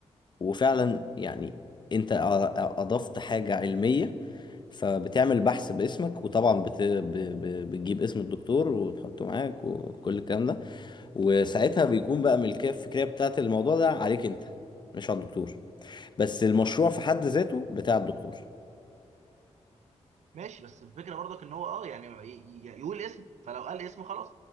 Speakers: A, on the left (about 40°); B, on the right (about 75°).
A: وفعلا يعني انت ا- اضفت حاجة علمية فبتعمل بحث باسمك وطبعا بت... ب... ب... بتجيب اسم الدكتور وتحطه معاك وكل الكلام ده وساعتها بيكون بقى ملكية الفكرية بتاعت الموضوع ده عليك انت مش على الدكتور بس المشروع في حد ذاته بتاع الدكتور
B: ماشي بس الفكره برضك ان هو اه يعني ي- ي- يعني يقول اسم فلو قال اسم خلاص